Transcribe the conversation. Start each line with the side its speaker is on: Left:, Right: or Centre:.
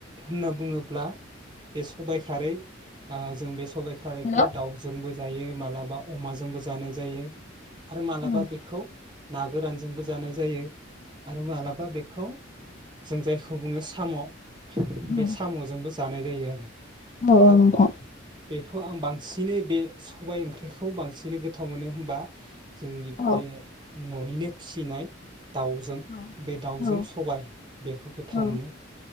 Right: होनना बुङोब्ला बे सबाइ खारै जों बे सबाइ खारै दाउजोंबो
Left: हेलौ
Right: जायो मालाबा अमाजोंबो जानाय जायो। आरो मालाबा
Left: औ
Right: बेखौ ना गोरानजोंबो जानाय जायो। आरो मालाबा बेखौ जों जायखौ बुङो साम'
Left: औ
Right: बे सामजोंबो जानाय जायो। <inaudible>
Left: नोंथां
Right: दा बेखौ आं बां सिनै बे सबाय ओंख्रिखौ बांसिनै गोथाव मोनो होनबा जोंनि
Left: औ
Right: बे न'निनो फिसिनाय दाउजों
Left: औ
Right: बे दाउजों
Left: औ
Right: सबाय बेखौ गोथाव
Left: औ
Right: मोनो